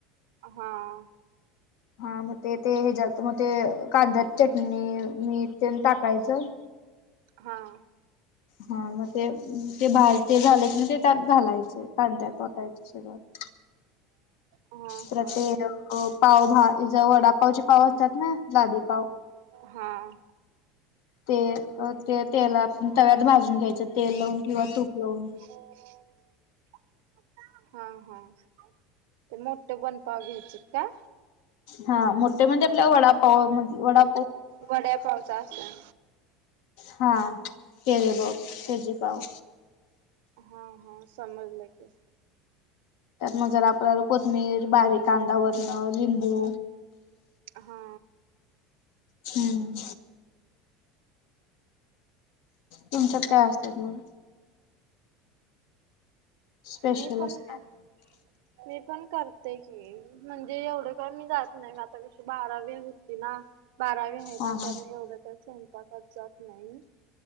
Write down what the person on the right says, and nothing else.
अ हां.
हां.
हा
हा
हां.
<inaudible> हुं हुं ते मोठे बनपाव घ्यायचेत का?
वडे पावचा आसाल.
हा हा समजलय की.
हा.
मी पण को
मी पण करते की म्हणजे एवढं कर मी जात नाही आता कशी बारावी होती ना. बारावी आहे
ना त्यामुळे
एवढं काया स्वयंपाकात जात नाही.